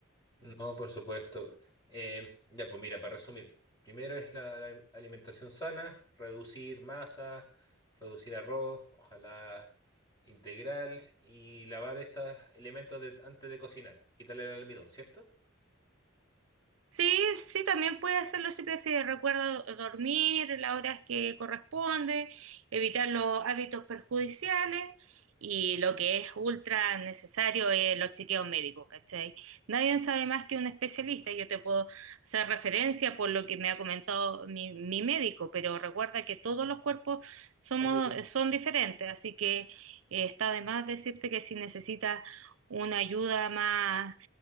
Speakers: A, on the left; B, on the right.
A: No, por supuesto. Eh, ya, pues mira, para resumir, primero es la, la alimentación sana, reducir masa, reducir arroz, ojalá integral, y lavar estos elementos de- antes de cocinar, quitarle el almidón, ¿cierto?
B: Sí, sí, también puede hacerlo si prefieres. Recuerda do- dormir las horas que corresponde, evitar los hábitos perjudiciales y lo que es ultra necesario es los chequeos médicos, ¿cachai? Nadie sabe más que un especialista. Yo te puedo hacer referencia por lo que me ha comentado mi, mi médico, pero recuerda que todos los cuerpos somos,
A: Son distintos.
B: son diferentes, así que eh, está de más decirte que si necesitas una ayuda más